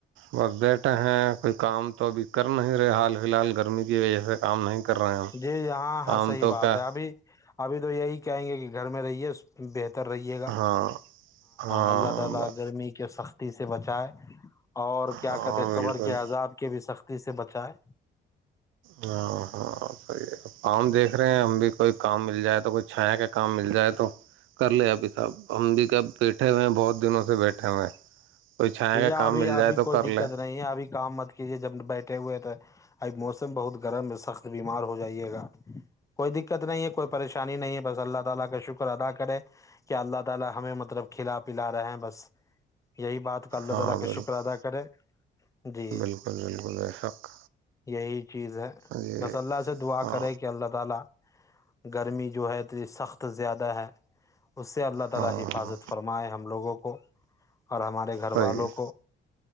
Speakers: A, on the right; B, on the left.
A: بس بیٹھے ہیں کوئی کام تو ابھی کر نہیں رہے حال فی الحال گرمی کی وجہ سے کام نہیں کر رہے ہم
B: جی جی ہاں
A: کام
B: ہاں صحیح
A: تو
B: بات
A: کیا
B: ہے ابھی ابھی تو یہی کہیں گے کہ گھر میں رہیے بہت ر رہیے گا
A: ہاں ہاں
B: اللہ تعالی گرمی کے سخت ٹی سے بچائے اور کیا
A: ہاں
B: کہتے قبر
A: بالکل
B: کے عذاب کے بھی سخت سے بچائے
A: ہاں ہاں صحیح ہے فؤام دیک دیکھ رہے ہیں ہم بھی کوئی کام مل جائے تو کوئی چھایا کا کام مل جائے تو کر لے ابھی ص ہم بھی کب بیٹھے ہوئے ہیں بہت دنوں سے بیٹھے ہوئے ہیں کوئی چھایا
B: جی ج
A: کا
B: ابھی
A: کام مل
B: ابھی
A: جائے تو
B: کوئی
A: کر
B: دقت
A: لے
B: نہیں ہے ابھی کام مت کیجے جب بیٹھے ہوئے تو اب موسم بہت گرم سخت بیمار ہو جائیے گا کوئی دقت نہیں ہے کوئی پریشانی نہیں ہے بس اللہ تعالی کا شکر ادا کرے کیا اللہ تعالی ہمیں مطلب کھلا پلا رہے ہیں بس یہی اللہ
A: ہاں
B: تعالی کا
A: بالکل
B: شکر ادا کرے جی
A: بالکل بالکل بے شک
B: یہی چیز ہے
A: جی
B: بس اللہ سے دعا
A: ہاں
B: کریں کہ اللہ تعالی گرمی جو ہے تو سخت زیادہ ہے اس سے اللہ تعالی
A: ہاں
B: حفاظت
A: ہاں
B: فرمائے ہم لوگوں کو اور ہمارے
A: صحیح
B: والوں کو